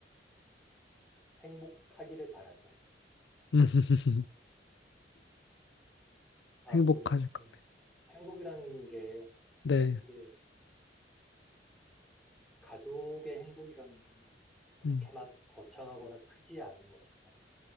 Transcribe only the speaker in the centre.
행복하기를 바라죠.
앞으로
음, 행복이라는 게
이게 가족의 행복이라는 거는 그렇게
막 거창하거나 크지 않은 것 같아요.